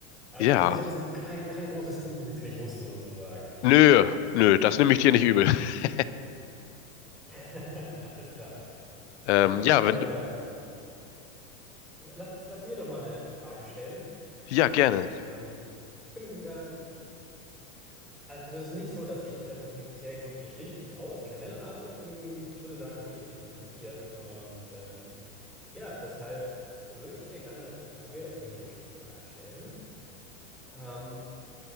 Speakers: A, in the centre; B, on the left (about 55°).
A: Also
B: Ja,
A: ist es jetzt kein, kein großes Ding, dass ich es nicht wusste, sozusagen.
B: nö, nö, das nehme ich dir nicht übel. <laughs>
A: <laughs> Alles klar.
B: Ähm,
A: Ja gut,
B: ja,
A: dann
B: wenn
A: äh,
B: du,
A: lass, lass mir doch mal eine, eine Frage stellen.
B: ja, gerne.
A: Ähm, ich, ich bin, äh, also es ist nicht so, dass ich, dass ich mich sehr gut geschichtlich auskenne, aber ich bin, ich würde sagen, geschichtlich interessiert. Und ähm, ja, deshalb würde ich dir gerne eine Frage, eine geschichtliche Frage stellen. Ähm,